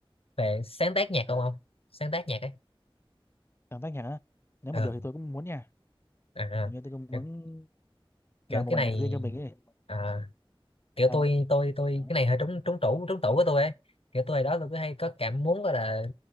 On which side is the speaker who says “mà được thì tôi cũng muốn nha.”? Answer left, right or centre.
Left